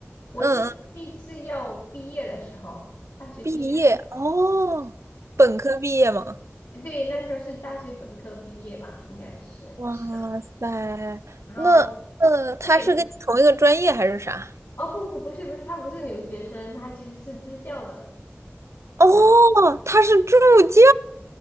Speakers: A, on the left (about 80°); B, on the right (about 70°).
A: 我是毕就是要毕业的时候，
B: 嗯嗯，
A: 大学毕业，
B: 毕业哦，本科毕业吗？
A: 对，那时候是大学本科毕业吧，应该是是的。
B: 哇塞，
A: 然后
B: 那嗯，他是跟你同一个专业还是啥？
A: 我也，哦不不不是不是，他不是留学生，他其实是支教的。
B: 哦，
A: 那
B: 他是助教。